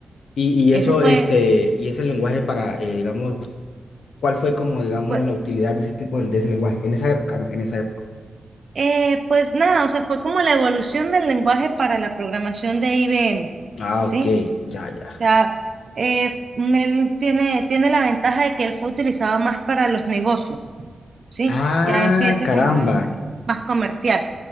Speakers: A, on the left; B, on the right.
A: y, y eso,
B: ese fue,
A: este, y ese lenguaje para, eh, digamos, ¿cuál fue como, digamos,
B: pues,
A: la utilidad de ese tipo de, de ese lenguaje? En esa época, ¿no? En esa época.
B: eh, pues nada, o sea, fue como la evolución del lenguaje para la programación de IBM,
A: Ah,
B: ¿sí?
A: ok, ya,
B: O
A: ya.
B: sea, eh, él tiene, tiene la ventaja de que él fue utilizado más para los negocios, ¿sí?
A: Ah,
B: Ya empieza
A: caramba.
B: como a darse más comercial.